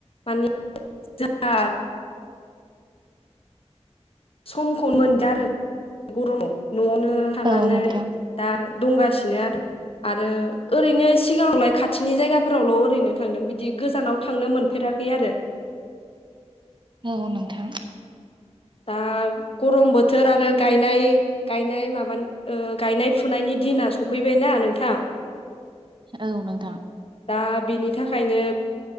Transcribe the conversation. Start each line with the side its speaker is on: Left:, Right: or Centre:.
Left: मानि जोंहा समखौनो मोनदिया आरो गरमाव न'आवनो थानानै
Right: औ नोंथां
Left: दा दंगासिनो आरो आरो ओरैनो सिगांङावलाय खाथिनि जायगाफोरावल' ओरैनो थांदों बिदि गोजानाव थांनो मोनफेराखै आरो
Right: औ नोंथां।
Left: दा गरम बोथोर आरो गायनाय गायनाय माबान ओ गायनाय फुनायनि दिना सफैबायना नोंथां
Right: औ नोंथां।
Left: दा बिनि थाखायनो